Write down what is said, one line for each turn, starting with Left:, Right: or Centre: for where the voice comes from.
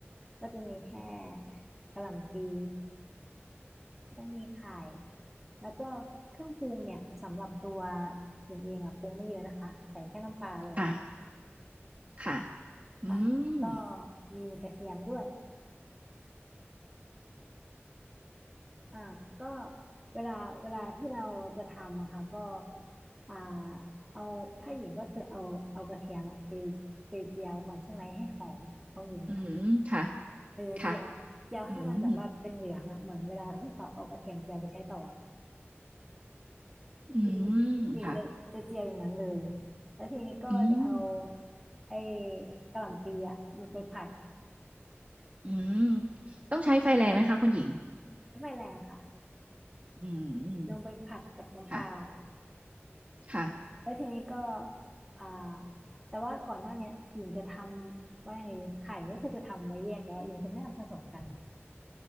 Centre: ก็จะมีแค่กะหล่ำปี ต้องมีไข่แล้วก็เครื่องปรุงเนี่ยสำหรับตัวหญิงเองอ่ะปรุงไม่เยอะนะคะใส่แค่น้ำปลาเลย
Right: ค่ะ ค่ะอื
Centre: ค่ะแล้วก็
Right: ม
Centre: มีกระเทียมด้วยอ่าก็เวลาเวลาที่เราจะทำอะค่ะก็อ่าเอาถ้าหญิงก็คือเอาเอากระเทียมอะไปไปเจียวก่อนใช่ไหมให้หอมของหญิงนะ
Right: อืมค่ะ
Centre: เออเจียวเจียวให้มันแบบว่าเป็นเหลืองอ่ะเหมือนเวลาที่เขาเอากระเทียมเจียวไปใช้ต่อ
Right: ค่ะอืมอืมค่ะ
Centre: หญิงหญิงจะจะเจียวอย่างนั้นเลยแล้วทีนี้ก็จะเอา
Right: อืม
Centre: ไอ้กะหล่ำปีอะลงไปผัด
Right: อืมต้องใช้ไฟแรงไหมคะคุณหญิง
Centre: ใช้ไฟแรงค่ะ
Right: อืม
Centre: ลงไปผัดกับน้ำปลา
Right: ค่ะค่ะ
Centre: แล้วทีนี้ก็อ่าแต่ว่าก่อนหน้าเนี้ยหญิงจะทำว่ายังไงดีไข่ก็คือจะทำไว้แยกแล้วหญิงจะไม่เอาผสมกันอะ